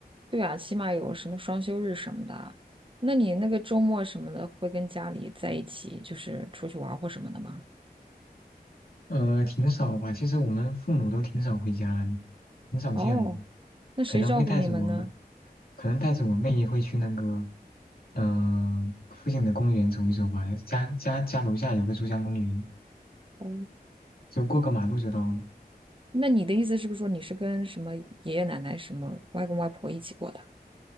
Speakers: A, on the right; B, on the left.
A: 对啊，起码有什么双休日什么的。那你那个周末什么的，会跟家里在一起，就是出去玩儿或什么的吗？
B: 呃，挺少吧，其实我们父母都挺少回家的，挺少见的。
A: 哦，那谁照顾你们呢？
B: 可能会带着我们，可能带着我妹也会去那个，嗯、附近的公园走一走吧。家家家楼下有个珠江公园，
A: 哦，
B: 就过个马路就到了。
A: 那你的意思是不是说你是跟什么爷爷奶奶、什么外公外婆一起过的？